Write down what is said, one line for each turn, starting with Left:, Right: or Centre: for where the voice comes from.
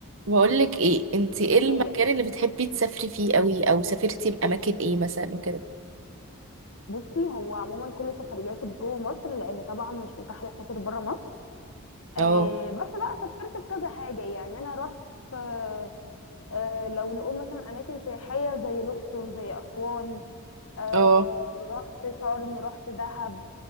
Right: بقول لك ايه انت ايه المكان
Left: ايه يعني؟
Right: اللي بتحبي تسافري فيه قوي او سافرتي باماكن ايه مثلا وكده
Left: بصي هو عموما كل سفرياتي جوه مصر لان طبعا مش متاح لي اسافر بره مصر آه
Right: اه
Left: بس بقى سافرت في كذا حاجه يعني انا رحت آه آه لو نقول مثلا اماكن سياحيه زي الاقصر زي اسوان آه
Right: اه
Left: رحت شرم رحت دهب